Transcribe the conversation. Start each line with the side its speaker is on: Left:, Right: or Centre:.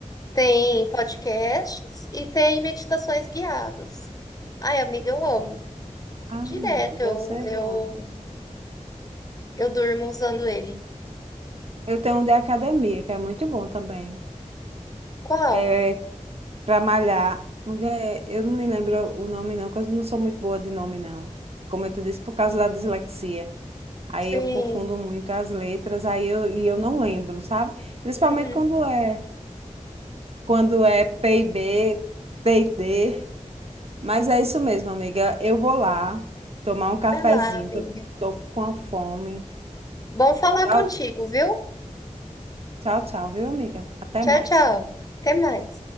Left: Tem podcasts e tem meditações guiadas. Ai, amiga, eu amo.
Right: Ai,
Left: Direto,
Right: meu Deus,
Left: eu,
Right: deve ser
Left: eu,
Right: bom.
Left: eu durmo usando ele.
Right: Eu tenho um de academia, que é muito bom também.
Left: Qual?
Right: É, Pra malhar. Mulher, eu não me lembro o nome, não, porque eu não sou muito boa de nome, não. Como eu te disse, por causa da dislexia. Aí
Left: Sim.
Right: eu confundo muito as letras, aí eu, e eu não lembro, sabe? Principalmente
Left: Uhum.
Right: quando é, quando é P e B, T e D. Mas é isso mesmo, amiga. Eu vou lá tomar um cafezinho,
Left: Vai lá, amiga.
Right: que eu tô com a fome.
Left: Bom falar
Right: Tchau,
Left: contigo, viu?
Right: tchau, tchau, viu, amiga? Até
Left: Tchau,
Right: mais.
Left: tchau. Até mais.